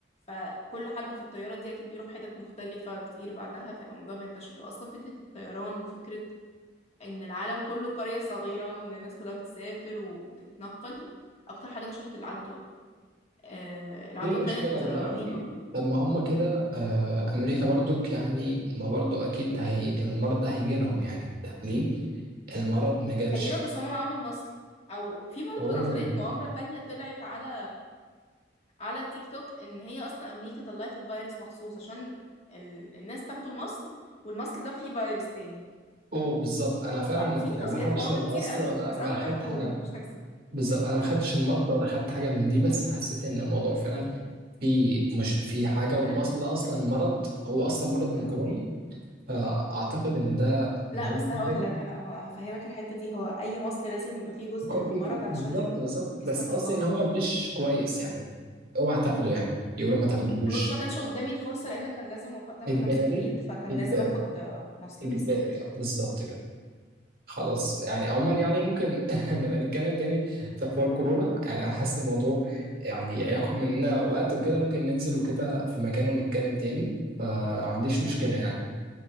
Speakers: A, on the left; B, on the right.
A: فكل حد في الطيارة دي أكيد بيروح حتت مختلفة كتير بعدها فيبقى الموضوع بينتشر أصلا فكرة الطيران وفكرة ان العالم كله قرية صغيرة وان الناس كلها بتسافر وبتتنقل اكتر حاجة نشرت العدوى آه العدوى
B: في
A: كانت
B: مشكلة دلوقتي
A: آه، رهيبة
B: طب ما هم كده
A: <laughs>
B: آه، أمريكا برضك يعني ما برضو أكيد هي المرض ده هيجي لهم يعني طب ليه المرض ما جالش
A: هيجينا بس هما معاهم المصل او في برضو
B: أوه
A: نظرية مؤامرة تانية طلعت على على تيك توك ان هي اصلا امريكا طلعت الفيروس مخصوص عشان ال... الناس تاخدوا المصل والمصل ده فيه فيروس تاني
B: أوه بالظبط أنا فعلا
A: ففي
B: ما يعني
A: نظريات
B: ما خدتش
A: مؤامرة
B: المصل
A: كتير قوي
B: ولا
A: بس
B: ولا
A: انا بكره
B: خدت
A: كورونا
B: حاجة من-
A: مش هكذب
B: بالظبط أنا ما خدتش المصل ولا خدت حاجة من دي بس حسيت إن الموضوع فعلا في مش في حاجة والمصل
A: انا
B: ده أصلا مرض هو أصلا مرض من
A: آه.
B: كورونا فأعتقد إن ده
A: لا
B: من وجهة
A: بس هقول
B: نظري
A: لك انا هو هفهمك الحته دي هو اي مصل لازم يبقى فيه جزء
B: يكون
A: من
B: في
A: المرض
B: جم-
A: علشان
B: بالظبط بالظبط
A: جسمك
B: بس قصدي
A: يقاومه
B: ان هو مش كويس يعني اوعى تاخده يعني يقولوا ما تاخدوهوش
A: بص ما كانش قدامي الفرصه لان كان لازم وقتها
B: اجباري
A: كنا مسافرين فكان
B: اجباري
A: لازم اخد آه، مصل
B: اجباري
A: بالظبط
B: اه بالظبط كده خلاص يعني عموما يعني ممكن <laughs> نبقى نتكلم تاني في حوار كورونا يعني انا حاسس الموضوع يعني هياخد مننا وقت وكده ممكن ننزل وكده في مكان ونتكلم تاني فما عنديش
A: ان شاء
B: مشكلة
A: الله
B: يعني
A: ان